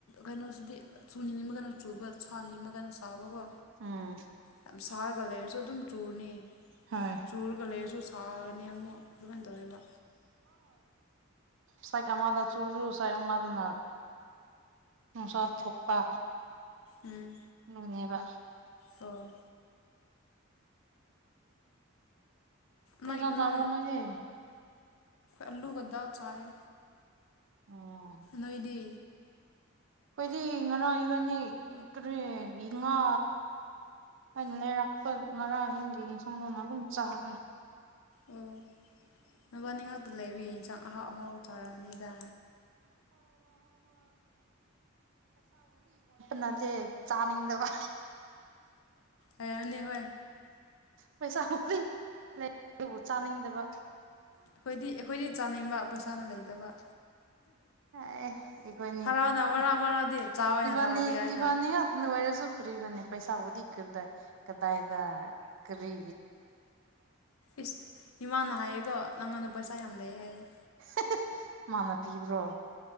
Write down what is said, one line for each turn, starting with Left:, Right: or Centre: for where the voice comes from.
Left: ꯀꯩꯅꯣꯁꯤꯗꯤ ꯆꯨ ꯅꯤꯅꯤꯃꯒꯩꯅ ꯆꯨꯕ ꯁꯥ ꯅꯤꯃꯒꯅ ꯆꯥꯕꯀꯣ꯫
Right: ꯑꯥ꯫
Left: ꯌꯥꯝ ꯁꯥꯔꯒ ꯂꯩꯔꯁꯨ ꯑꯗꯨꯝ ꯆꯨꯔꯅꯤ
Right: ꯍꯣꯏ
Left: ꯆꯨꯔꯒ ꯂꯩꯔꯁꯨ ꯁꯥꯔꯅꯤ ꯑꯃꯨꯛ ꯑꯗꯨꯃꯥꯏꯅ ꯇꯧꯋꯦꯕ
Right: ꯁꯥꯏ ꯑꯃꯗ ꯆꯨꯔꯁꯨ ꯁꯥꯏ ꯑꯃꯗꯅ ꯅꯨꯡꯁꯥ ꯊꯣꯛꯄ
Left: ꯎꯝ
Right: ꯎꯝꯅꯦꯕ꯫
Left: ꯑꯣ꯫
Right: ꯀꯔꯤ
Left: ꯃꯩ
Right: ꯏꯟꯁꯥꯡ ꯆꯥꯕ꯭ꯔꯣ
Left: ꯅꫭꯝ
Right: ꯅꯣꯏꯗꯤ
Left: ꯑꯂꯨꯒꯗꯥ ꯆꯥꯏꯌ‌ꯦ꯫
Right: ꯑꯣ꯫
Left: ꯅꯣꯏꯗꯤ꯫
Right: ꯑꯈꯣꯏꯗꯤ ꯉꯔꯥꯡ ꯏꯕꯥꯅꯤ ꯀꯔꯤ ꯉꯥ꯫ ꯑꯩꯅ ꯂꯩꯔꯛꯄ ꯉꯔꯥ ꯑꯍꯤꯡꯒꯤ ꯁꯣꯗꯧꯅ ꯑꯗꯨꯝ ꯆꯥꯈ꯭ꯔꯦ
Left: ꯑꯣ ꯅꯕꯥꯅꯤ ꯉꯥꯛꯇ ꯂꯩꯕꯤꯌꯦ ꯏꯟꯁꯥꯡ ꯑꯍꯥꯎ ꯑꯍꯥꯎ ꯆꯥꯔꯔꯕꯅꯤꯗ
Right: <inaudible> ꯅꯠꯇꯦ ꯆꯥꯅꯤꯡꯗꯕ
Left: ꯍꯥꯏꯔꯅꯤ ꯍꯣꯏ
Right: ꯄꯩꯁꯥꯕꯨꯗꯤ ꯂꯩ ꯑꯗꯨꯕꯨ ꯆꯥꯅꯤꯡꯗꯕ
Left: ꯑꯩꯈꯣꯏꯗꯤ ꯑꯩꯈꯣꯏꯗꯤ ꯆꯥꯅꯤꯡꯕ ꯄꯩꯁꯥꯅ ꯂꯩꯇꯕ
Right: ꯑꯦ ꯏꯈꯣꯏꯅꯤ
Left: ꯊꯥꯔꯛꯑꯣꯅ ꯃꯔꯛ
Right: ꯏ
Left: ꯃꯔꯛꯗꯤ ꯆꯥꯎ ꯑꯣꯏꯅ
Right: ꯏꯕꯥꯅꯤ
Left: ꯊꯥꯔꯛꯄ ꯌꯥꯏꯅ
Right: ꯏꯕꯥꯅꯤꯅ ꯋꯥꯥꯏꯔꯁꯨ ꯀꯔꯤꯔꯅꯤ ꯄꯩꯁꯥ ꯑꯣꯗꯤ ꯀꯗꯥ ꯀꯗꯥꯏꯗ ꯀꯔꯤ
Left: ꯏꯁ ꯏꯃꯥꯅ ꯍꯥꯏꯌꯦꯀꯣ ꯅꯪꯉꯥꯟꯗ ꯄꯩꯁꯥ ꯌꯥꯝ ꯂꯩ ꯍꯥꯏꯌꯦꯦ
Right: <unintelligible> ꯃꯥꯃ ꯄꯤꯕ꯭ꯔꯣ